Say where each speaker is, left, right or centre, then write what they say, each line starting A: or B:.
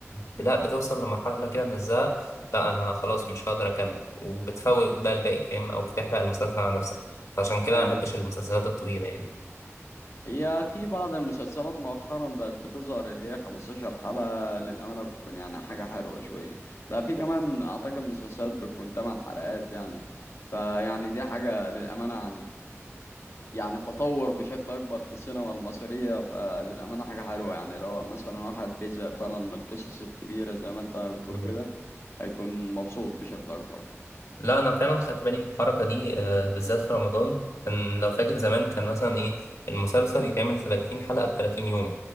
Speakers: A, on the left; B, on the left.
A: لا بتوصل لمرحله كده من الزهق لا انا خلاص مش هقدر اكمل وبتفوت بقى الباقي فاهم او بتحرق المسلسل على نفسك فعشان كده
B: اي
A: ما بحبش المسلسلات الطويله
B: هي في بعض المسلسلات مؤخرا بقت بتظهر اللي هي 15 حلقة للأمانة بتكون يعني حاجة حلوة شوية ده في كمان أعتقد مسلسلات بتكون 8 حلقات يعني فيعني دي حاجة للأمانة يعني يعني تطور بشكل أكبر في السينما المصرية فللأمانة حاجة حلوة يعني لو مثلا واحد بيزهق فعلا من القصص الكبيرة زي ما أنت بتقول
A: يعني
B: كده هيكون مبسوط بشكل أكبر
A: لا انا فعلا خدت بالي من الحركه دي آه، بالذات في رمضان كان لو فاكر زمان كان مثلا ايه المسلسل يتعمل 30 حلقه ب 30 يوم